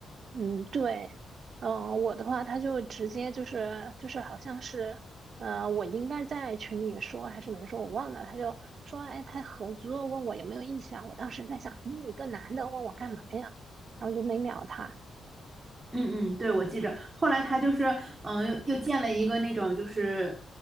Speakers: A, on the right (about 55°); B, on the right (about 25°).
A: 嗯，对，嗯，我的话他就直接就是就是好像是，呃，我应该在群里面说还是没说，我忘了，他就说，哎，他合租问我有没有意向，我当时在想，嗯你个男的问我干嘛呀，然后就没鸟他。
B: 嗯嗯，对，我记着。后来他就是，嗯、又又建了一个那种就是